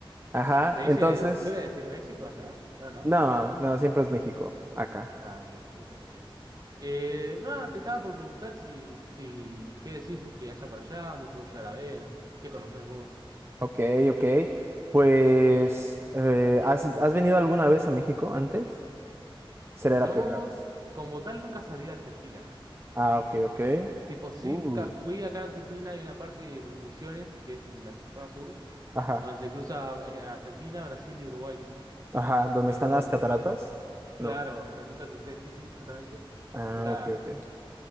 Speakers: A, on the right; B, on the right.
A: Ajá,
B: ¿Se dice,
A: entonces,
B: se suele decir México allá? No, ¿no?
A: no, no, siempre es México, acá.
B: Ah, ok, ok, ok. Eh, nada, te estaba por preguntar si, si, ¿qué decís que haya para allá? ¿Dónde puedo llegar a ver? ¿Qué conocés vos?
A: Ok, ok. Pues, eh, ¿has, has venido alguna vez a México antes? ¿Será
B: No,
A: la primera vez?
B: como tal, nunca salí de Argentina.
A: Ah, ok, ok.
B: Tipo, sí,
A: Uh.
B: ca- fui acá a Argentina, hay una parte en Misiones, que es la zona sur,
A: Ajá,
B: donde se cruza eh, Argentina, Brasil y Uruguay.
A: ajá. ¿Dónde
B: Pero,
A: están las
B: n-
A: cataratas?
B: claro,
A: No.
B: pero nunca crucé, sí, sí, justamente.
A: Ah,
B: Nunca.
A: ok, ok.